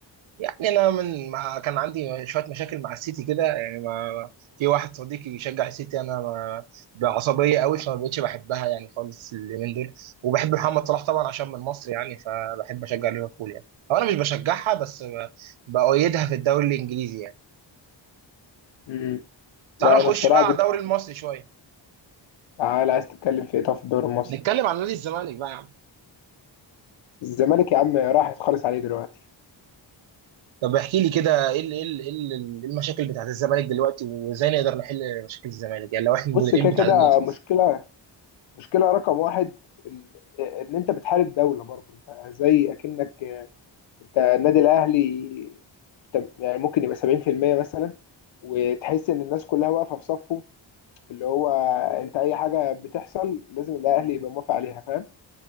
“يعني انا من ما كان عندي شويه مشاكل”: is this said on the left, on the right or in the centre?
Right